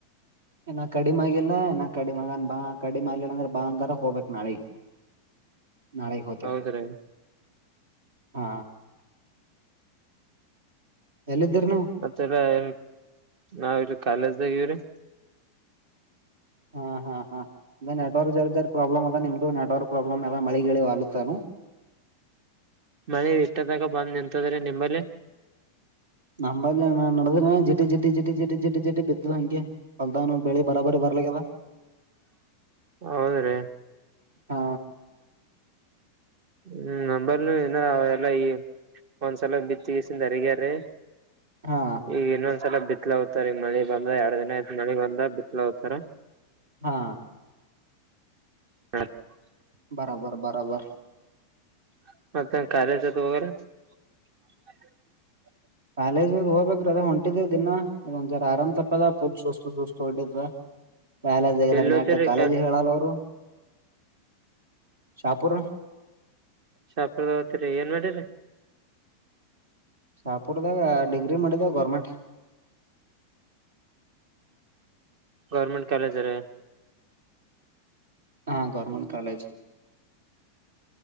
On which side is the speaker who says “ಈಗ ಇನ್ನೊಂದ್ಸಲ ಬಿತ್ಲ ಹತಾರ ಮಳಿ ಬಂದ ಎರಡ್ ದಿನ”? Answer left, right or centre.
Right